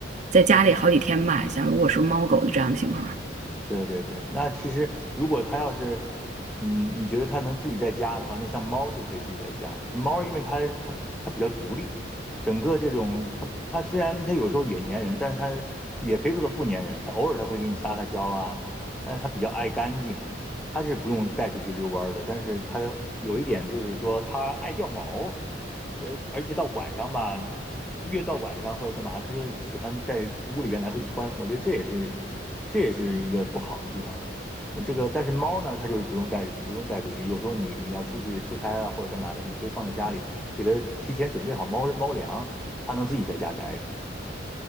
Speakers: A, on the right; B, in the centre.
A: 在家里好几天吧，像如果是猫狗的这样的情况。
B: 嗯，对对对，那其实如果它要是，嗯，你觉得它能自己在家的话，那像猫就可以自己在家。猫因为它它它比较独立，整个这种它它虽然它有时候也粘人，但是它也可以做到不粘人。它偶尔它会给你撒撒娇啊，但是它比较爱干净，它是不用带出去遛弯儿的。但是它有一点就是说它爱掉毛儿，而而且到晚上吧。越到晚上或者干嘛，它就喜欢在屋里边来回窜。我觉得这也是这也是一个不好的地方。那这个但是猫呢，它就是不用带不用带出去。有时候你你要出去出差啊或者干嘛的，你可以放在家里，给它提前准备好猫猫粮，它能自己在家待着。